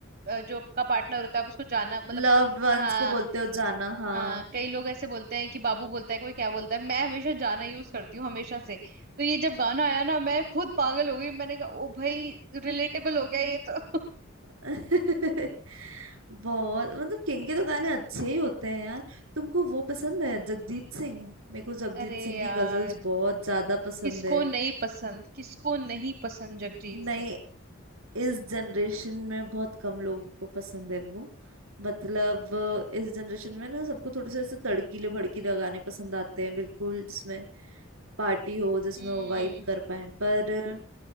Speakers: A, on the right (about 45°); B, on the right (about 75°).
A: अ, जो आपका पार्टनर होता है आप उसको जाना मतलब
B: लव्ड वंस
A: हाँ
B: को बोलते हो जाना हाँ
A: हाँ कई लोग ऐसे बोलते हैं कि बाबू बोलता है कोई क्या बोलता है मैं हमेशा जाना यूज करती हूँ हमेशा से तो ये जब गाना आया ना मैं खुद पागल हो गई मैंने कहा ओ भाई रिलेटेबल हो गया ये तो
B: <laughs> बहुत मतलब किंग के तो गाने अच्छे ही होते हैं यार तुमको वो पसंद है जगजीत सिंह मेरे को
A: <laughs>
B: जगजीत
A: अरे
B: सिंह की
A: यार
B: गजल्स बहुत ज्यादा पसंद
A: किसको
B: है
A: नहीं पसंद किसको नहीं पसंद जगजीत
B: नहीं
A: सिंह
B: इस जनरेशन में बहुत कम लोगों को पसंद है वो मतलब अ, इस जनरेशन में ना सबको थोड़े से ऐसे तड़कीले भड़कीले गाने पसंद आते हैं बिल्कुल जिसमें पार्टी हो जिसमें
A: हम्म
B: वो वाइब कर पाए पर अ,